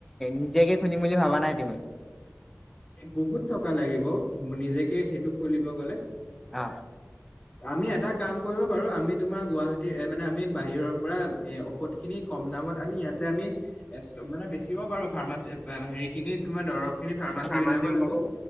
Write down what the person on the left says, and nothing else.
বহুত টকা লাগিব নিজকে সেইটো খুলিব গ'লে।
আমি এটা কাম কৰিব পাৰো। আমি তোমাৰ গুৱাহাটীৰ এ মানে আমি বাহিৰৰ পৰা এ- বহুত খিনি কম দামত আনি ইয়াতে আমি মানে বেচিব পাৰো ফাৰ্মাচি হেৰি খিনি তোমাৰ দৰৱ খিনি ফাৰ্মাচি-
যিবিলাকত
আমি